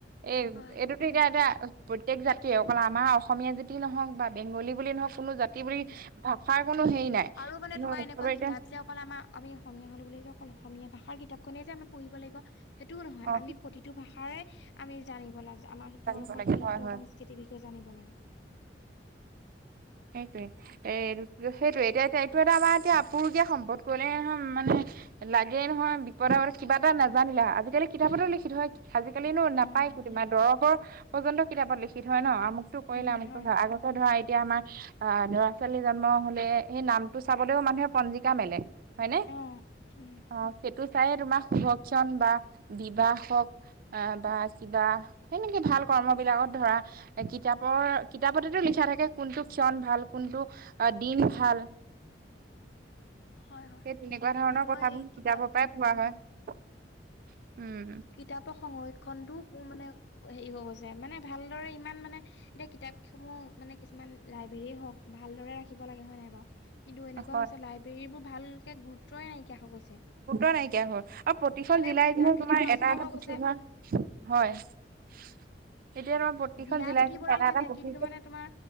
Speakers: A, on the right; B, on the left.
A: এই
B: হয়
A: এইটোতো এতিয়া এতিয়া প্ৰত্যেক জাতিয়ে অকল আমাৰ অসমীয়া জাতি নহওক বা বেংগলী বুলি নহওক কোনো জাতি বুলি
B: উ
A: ভাষাৰ কোনো হেৰি নাই
B: আৰু মানে
A: কিন্তু
B: তোমাৰ এনেকুৱা
A: চবে এতিয়া
B: কিতাপ যে অকল আমাৰ আমি অসমীয়া হলো বুলি অকল অসমীয়া ভাষা ভাষা কিতাপখনে যে আমি পঢ়িব লাগিব সেইটোও নহয়।
A: অ
B: আমি প্ৰতিটো ভাষাৰে আমি জানিব লাগিব। আমাৰ
A: জানিব
B: তেওঁলোকৰ
A: লাগে
B: সাহিত্যয়
A: হয় হয়
B: সংস্কৃতিৰ বিষয়ে জানিব লাগে।
A: সেইটোয়ে এ সেইটোয়ে এতিয়া এয়া এইটো এটা আমাৰ এতিয়া আপৰু দিয়া সম্পদ কলেহ মানে লাগে নহয় বিপদ আপদ কিবা এটা নাজানিলে আজিকালি কিতাপতেও লিখি থয়। আজিকালিনো নাপায়
B: উম সেইবোৰ
A: মে দৰপৰ প্ৰজন্ত কিতাপত লিখি থয় ন আমু কৰিলামো
B: উম, হয়
A: আগতে ধৰা এতিয়া আমাৰ। আহ লৰা ছোৱালী জন্ম হলে সেই নামটো চাবলৈও মানুহে পঞ্জিকা মেলে। হয়নে
B: অ, উম।
A: অ সেইটো চাইে তোমাৰ সুভক্ষণ বা বিবাহ হওক। অ বা কিবা সনেকি ভাল কৰ্ম বিলাকত ধৰা কিতাপৰ কিতাপতেতো লি শিক্ষা থাকে কোনটো ক্ষণ ভাল কোনটো দিন ভাল।
B: হয়, হয়
A: সেই তেনেকুৱা ধৰণৰ
B: মানুহৰ
A: কথাবোৰ
B: এই কিতাপ
A: কিতাবৰ পৰাই পোৱা
B: উম,
A: হয়। উম
B: কিতাপৰ সংৰক্ষণ। খনতো মানে হেৰি হৈ গৈছে মানে ভালদৰে ইমান মানে এতিয়া কিতাপ খহ মানে কিছুমান। লাইব্ৰেৰ হওক ভালদৰে ৰাখিব লাগে হয় নাই বাৰু কিন্তু এনেকুৱা
A: হয়
B: হৈছে লাইব্ৰেৰীবোৰ ভালকে গুৰুত্বই নাইকিয়া হৈ গৈছে।
A: সুত নাইকিয়া হ আৰু প্ৰতিখন
B: মানে
A: জিলাই
B: কিতাপ
A: যেহ
B: খিনিও
A: তোমাৰ
B: নষ্ট
A: এটা
B: হৈ
A: পুঠ
B: গৈছে।
A: হয় <unintelligible> তোমাৰ প্ৰতিখন
B: জিলা
A: জিলাই
B: পুথিভঁৰাল
A: জিলাই এটা
B: থাকে
A: এটা পুথি
B: কিন্তু মানে তোমাৰ